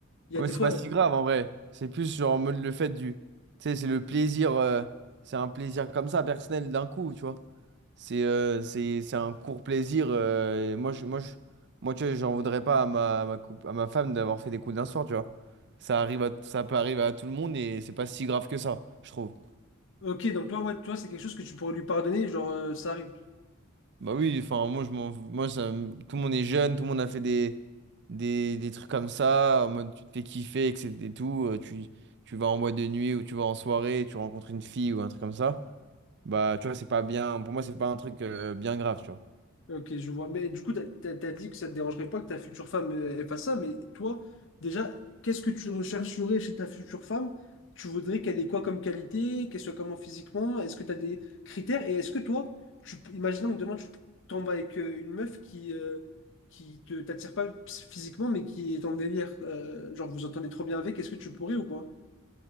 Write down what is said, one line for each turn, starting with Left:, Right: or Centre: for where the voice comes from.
Left: il
Right: Ouais,
Left: y a des
Right: c'est
Left: fois.
Right: pas si grave, en vrai. C'est plus genre en mode le fait du, tu sais, c'est le plaisir, euh, c'est un plaisir comme ça, personnel, d'un coup, tu vois. C'est euh, c'est, c'est un court plaisir. euh, et moi, je, moi, je, moi, tu vois, j'en voudrais pas à ma, à ma, coup- à ma femme d'avoir fait des coups d'un soir, tu vois. Ça arrive à, ça peut arriver à tout le monde et c'est pas si grave que ça, je trouve.
Left: Ok, donc toi, ouais, toi, c'est quelque chose que tu pourrais lui pardonner, genre, euh, ça arrive.
Right: Bah oui, enfin, moi, je m'en, moi ça, me- tout le monde est jeune, tout le monde a fait des, des, des trucs comme ça, en mode tu te fais kiffer, etc. et tout. euh, tu, tu vas en boîte de nuit ou tu vas en soirée, tu rencontres une fille ou un truc comme ça. Bah, tu vois, c'est pas bien. Pour moi, c'est pas un truc euh, bien grave, tu vois.
Left: Ok, je vois. Mais du coup, t'as, t'as- t'as dit que ça te dérangerait pas que ta future femme euh, ait pas ça, mais toi, déjà, qu'est-ce que tu rechercherais chez ta future femme? Tu voudrais qu'elle ait quoi comme qualité, qu'elle soit comment physiquement? Est-ce que t'as des critères? Et est-ce que toi, tu, imaginons que demain tu tombes avec euh, une meuf qui, euh, qui te t'attire pas ps- physiquement, mais qui est en délire, euh, genre vous entendez trop bien avec, est-ce que tu pourrais ou pas?